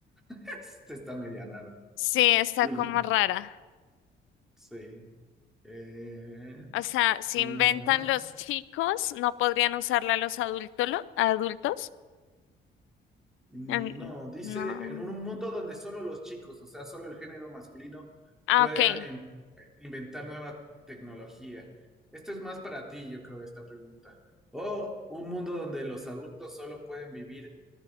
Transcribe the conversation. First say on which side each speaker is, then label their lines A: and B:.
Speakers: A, in the centre; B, on the left (about 85°).
A: <laughs> Esta está media rara.
B: Sí, está
A: Mm.
B: como rara.
A: Sí. Eh,
B: O sea, si
A: ah.
B: inventan los chicos, no podrían usarla los adultos, adultos.
A: No,
B: En-
A: dice
B: No.
A: en un mundo donde solo los chicos, o sea, solo el género masculino,
B: Ah,
A: puede
B: ok.
A: ah, em- inventar nueva tecnología. Esto es más para ti, yo creo, esta pregunta. O un mundo donde los adultos solo pueden vivir